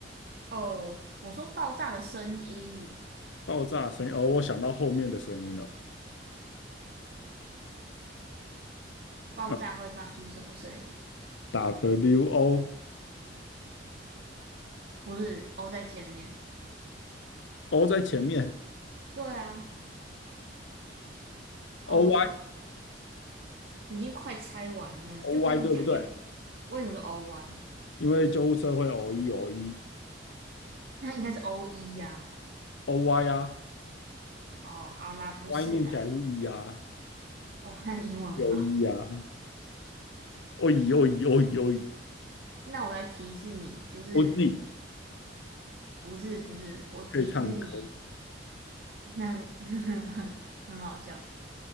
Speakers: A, on the right (about 60°); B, on the left (about 85°).
A: 哦，我说爆炸的声音，
B: 爆炸声音。哦，我想到后面的声音了。
A: 爆炸会发出什么声音？
B: 呃 WO O
A: 不是 O 在前面。
B: O 在前面
A: 对啊，O
B: ，OY
A: 什么？你已经快猜完了，就跟你讲要
B: OY 对不对？
A: 为什么是 OY，
B: 因为救护车会 O E O E
A: <laughs> 那应该是 o 一呀、
B: OY 啊
A: 哦，好啦，不是啦。
B: ，Y 念起来是 E 啊，
A: 哦，<laughs> 那你英文很好。
B: 有 E 啊。哦咦哦咦哦咦哦咦，
A: 那我来提示你，就是
B: 我自己
A: 不是不是，我提示你，
B: 可以唱歌，
A: 那 <laughs> 很好笑，